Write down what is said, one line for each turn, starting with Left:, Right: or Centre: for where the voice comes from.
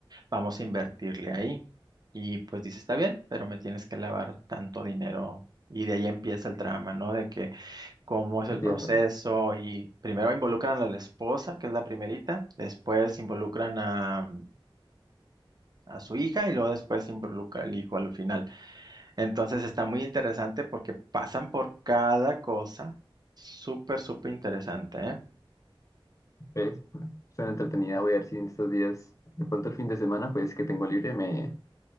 Right: vamos a invertirle ahí. Y pues dice, está bien, pero me tienes que lavar tanto dinero. Y de ahí empieza el trama, ¿no? De que cómo es el
Left: entiendo.
Right: proceso. Y primero involucran a la esposa, que es la primerita, después involucran a, a su hija y luego después involucra al hijo al final. Entonces está muy interesante porque pasan por cada cosa. Súper, súper interesante, ¿eh?
Left: ¿Ves? Suena entretenida. Voy a ver si en estos días, de pronto el fin de semana, pues que tengo libre, me,